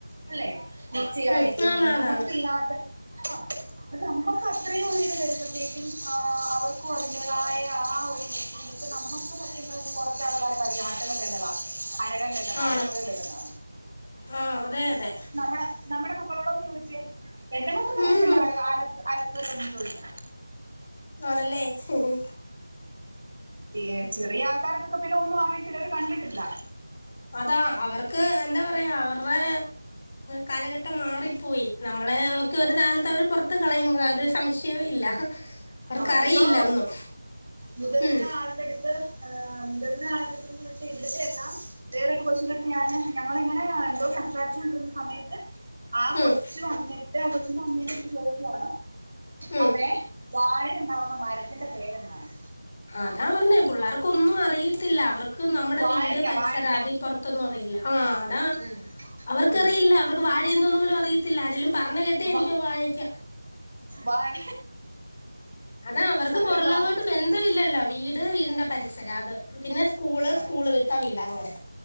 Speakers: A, on the right (about 60°); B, on the left (about 25°).
A: അല്ലെ മിക്സിയായിട്ടും
B: ഉം ആന്ന് ആന്ന്
A: നമുക്കില്ലാത്ത
B: ആന്ന്
A: ആ അപ്പ നമ്മക്കത്രയൊരിത് വരുമ്പത്തേക്കും ആ അവർക്കും അതിന്റെതായ ആ ഒരു രീതില് ഇപ്പ നമ്മുക്ക് സത്യം പറഞ്ഞ കൊറ ച്ചാൾക്കാർക്കറിയാ മറ്റതൊക്കെന്നതാ അരകല്ലെന്നതാ അലക്കുകല്ലെന്നതാ
B: ആണ് ആഹ് അതെ അതെ
A: നമ്മടെ നമ്മടെ മക്കളോടൊന്ന് ചോദിച്ചേ എന്റെ മക്കക്കറിയത്തില്ല
B: ഉം
A: അലക്ക് അലക്ക്‌കല്ലൊന്നും ചോദിച്ച
B: ആണല്ലേ ഹ്മ്-ഹ്മ്-ഹ്മ്
A: ഏ ചെറിയ ആൾക്കാർക്കൊക്കെ പിന്നൊന്നും അറിയത്തില്ല അവര് കണ്ടിട്ടില്ല
B: അതാ അവർക്ക് എന്താ പറയാ അവർടെ കാലഘട്ടം മാറിപ്പോയി നമ്മളെ ഒക്കെ ഒരു കാലത്ത് അവര് പൊറത്ത് കളയും അതിലൊരു സംശയവും ഇല്ല അവർക്കറിയില്ല
A: ആഹ് ഇപ്പൊ
B: ഒന്നും
A: മുതിർന്ന
B: ഉം
A: ആളുടെട്ത്ത് മുതിർന്ന ആള്ടെട്ത്ത് വെച്ച് ഇവിടുത്തെയെല്ലാ വേറൊരു കൊച്ചിന്റെടുത്ത് ഞാന് ഞങ്ങളിങ്ങനെ എന്തോ സംസാരിച്ചു കൊണ്ടിരുന്ന സമയത്ത് ആ കൊച്ച്
B: ഉം
A: വന്നിട്ട് ആ കൊച്ചിന്റെ അമ്മേന്റെട്ത്ത് ചോദിക്കുആണ്
B: ഉം
A: അമ്മേ വാഴയ്ണ്ടാവുന്ന മരത്തിന്റെ പേരെന്താണ്ന്ന്
B: അതാ പറഞ്ഞേ പിള്ളേർക്കൊന്നും അറിയത്തില്ല അവർക്ക് നമ്മുടെ
A: വാഴക്ക
B: വീട് പരിസരം
A: വാഴക്ക
B: അതിപ്പൊ റത്തൊന്നും അറിയില്ല ആ അതാ
A: ഉം
B: അവർക്കറിയില്ല
A: ഉം
B: അവർക്ക് വാഴയെന്തോന്ന് പോലും അറിയത്തില്ല ആരെലും പറഞ്ഞ കേ ട്ടിരിക്കും
A: വാ
B: വായിക്ക
A: വാഴ
B: അതാ അവർക്ക്
A: അവര്
B: പൊറംലോകായിട്ട്
A: വാ
B: ബന്ധഇല്ലല്ലോ വീട് വീടിന്റെ പരിസരം അത് പിന്നെ സ്കൂള്
A: അത്
B: സ്കൂള് വിട്ട വീട് അങ്ങനെ